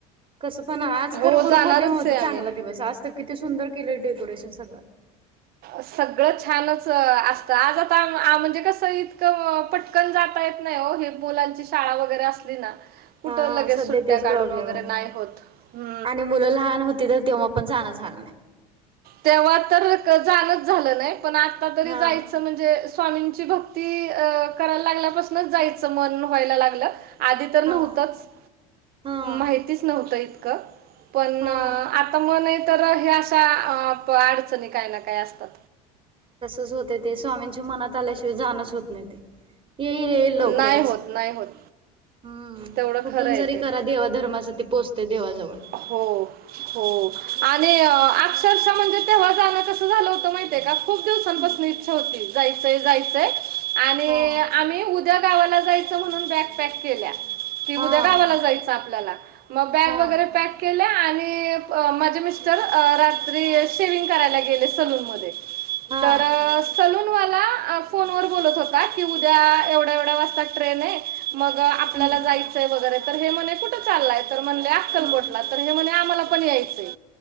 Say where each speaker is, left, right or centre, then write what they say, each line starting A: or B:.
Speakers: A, on the right; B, on the right.
A: कसं पण आज
B: हो
A: खरं गुरुपौर्णिमा
B: जाणारच
A: होती
B: आहे
A: चांगला
B: आम्ही
A: दिवस आज तर किती सुंदर केलेल डेकोरेशन सगळं
B: सगळं छानच असतं आज आता म्हणजे कस इतकं पटकन जाता येत नाही ओ ही मुलांची शाळा वगैरे असली ना कुठं
A: हा
B: लगेच
A: सध्या
B: सुट्ट्या
A: तेच प्रॉब्लेम
B: काढून वगैरे
A: आहे.
B: नाही होत हू
A: आणि मुलं लहान होती तर तेव्हा पण जाणं झालं नाही
B: तेव्हा तर जाणच झालं नई पण आता तरी
A: हा
B: जायचं म्हणजे स्वामींची भक्ती करायला लागल्यापासनच जायचं मन व्हायला लागलं आधी तर नव्हतच
A: हा हा.
B: माहितीच नव्हतं इतकं पण
A: हा
B: आता मन आहे तर हे अशा अडचणी काय ना काय असतात
A: तसच होतय ते स्वामींच्या मनात आल्याशिवाय जाणच होत नाही ते येई येईल लवकरच
B: नाही होत नाही होत
A: हू
B: तेवढं
A: कुठून
B: खरं आहे
A: जरी
B: ते.
A: करा देवा धर्माच ते पोहचते देवाजवळ
B: हो हो.. आणि अक्षरश्या म्हणजे तेव्हा जाणं कसं झालं होतं माहिती हे का? खूप दिवसांपासून
A: हम्म
B: इच्छा होती जायचंय.. जायचंय आणि
A: हा
B: आम्ही उ द्या गावाला जायच म्हणून बॅग पॅक केल्या कि
A: हा
B: उद्या गावाला जायच आपल्याला मग बॅग
A: हा
B: वगैरे पॅक केल्या आणि अ.. माझे मिस्टर अ.. रात्री शेविंग करायला गेले सलून मध्ये
A: हा
B: तर.. सलूनवाला फोनवर आ.. बोलत होता की उद्या एव एवढ्या वाजता ट्रेन आहे, मग आपल्याला
A: हम्म
B: जायचंय वगैरे तर, हे म्हणे कुठं चाललंय? तर म्हणल्या अक्कलकोटला
A: हम्म
B: तर हे म्हणे आम्हाला पण यायचंय.